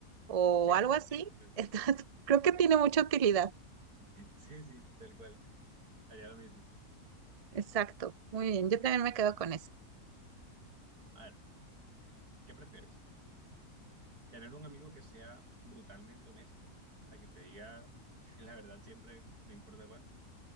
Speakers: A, on the right (about 65°); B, on the right (about 80°).
A: o
B: Sí,
A: algo
B: <laughs>
A: así.
B: perfecto.
A: <laughs> Entonces, creo que tiene mucha utilidad.
B: Sí, sí, tal cual. Haría lo mismo.
A: Exacto, muy bien, yo también me quedo con eso.
B: A ver, ¿qué prefieres? ¿Tener un amigo que sea brutalmente honesto? O sea, que te diga <laughs> la verdad siempre, no importa cuánto